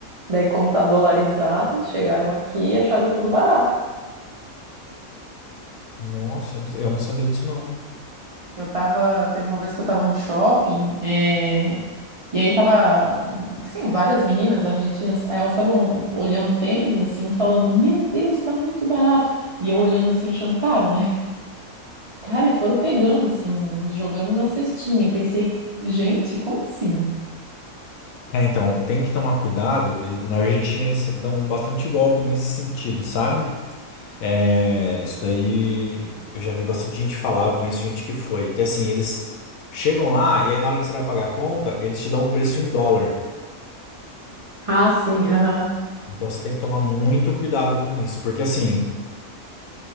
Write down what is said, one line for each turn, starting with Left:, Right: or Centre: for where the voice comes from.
Right: Daí, como tá dolarizado, chegaram aqui e acharam tudo barato.
Left: Nossa, eu não eu não sabia disso não.
Right: Eu tava, teve uma vez que eu tava no shopping, eh, e aí tava, assim, várias meninas argentinas, aí elas estavam olhando tênis, assim, falando, meu Deus, tá muito barato. E eu olhando, assim, achando caro, né? <laughs> Cara, e foram pegando, assim, e jogando na cestinha. Eu pensei, gente, como assim?
Left: É, então, tem que tomar cuidado. E Na Argentina eles dão bastante golpe nesse sentido, sabe? É, isso daí eu já vi bastante gente falar, eu conheço gente que foi. Que assim, eles chegam lá e aí na hora que você vai pagar a conta, eles te dão o preço em dólar.
Right: Ah, sim, aham.
Left: Então você tem que tomar muito cuidado com isso, porque assim.